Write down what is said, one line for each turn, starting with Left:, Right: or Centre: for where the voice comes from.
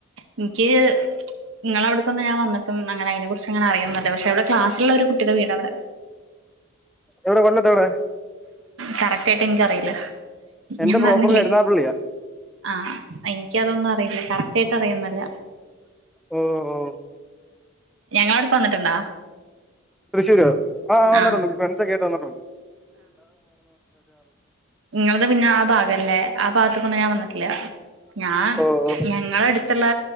Right: ഇനിക്ക് നിങ്ങളവിടുക്ക്ന്ന് ഞൻ വന്നട്ടും അങ്ങന അതിനെ കുറിച്ച് അങ്ങന അറിയുന്നല്ല പക്ഷെവിടെ ക്ലസ്സുള്ള ഒരു കുട്ടിയുടെ വീട് അവിടെ
Centre: എവിടെ കൊല്ലത് എവിടെ
Right: കറക്റ്റ് ആയിട്ട് എനിക്കറിയില്ല
Centre: എന്റെ
Right: ഞാൻ
Centre: പ്രോപ്പർ
Right: പറഞ്ഞില്ലേ
Centre: കരുനാഗപ്പള്ളിയാ
Right: ആഹ് എനിക്കതൊന്നും അറിയില്ല കറകറ്റായിട്ട് അറിയുന്നല്ല
Centre: ഓ ഓ
Right: ഞങ്ങളെ അവിടെക്ക് വന്നിട്ടുണ്ടോ
Centre: തൃശൂര് ആഹ് വന്നിട്ടുണ്ട്
Right: ആ
Centre: ഫ്രണ്ട്സ് ഒക്കെ ആയിട്ട് വന്നിട്ടുണ്ട്
Right: നിങ്ങള് ത്പിന്നെ ആ ഭാഗല്ലേ ആ ഭാഗത്തക്കൊന്നും ഞാൻ വന്നിട്ടില്ല ഞാൻ
Centre: ഓ ഓ
Right: ഞങ്ങളടുത്തുള്ള